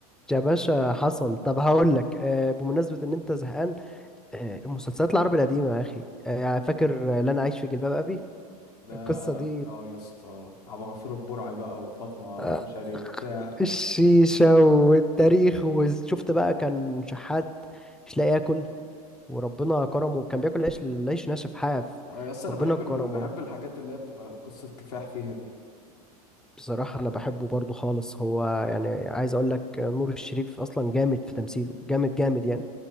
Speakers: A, in the centre; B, on the left.
A: يا باشا حصل طب هقول لك آه، بمناسبة إن أنت زهقان آه، المسلسلات العربي القديمة يا أخي آه، يعني فاكر آه، لن أعيش في جلباب أبي
B: ده
A: القصة دي
B: اه يا اسطى عبد الغفور البرعي بقى وفاطمه
A: آه،
B: كشري وبتاع
A: الشيشة والتاريخ وشفت بقى كان شحات مش لاقي ياكل وربنا كرمه كان بياكل عيش العيش ناشف حاف
B: اه يا اسطى انا
A: ربنا
B: بحب
A: كرمه
B: ال... بحب الحاجات اللي هي بتبقى قصه كفاح فيها دي
A: بصراحة أنا بحبه برضو خالص هو يعني عايز أقول لك آه، نور الشريف أصلا جامد في تمثيله جامد جامد يعني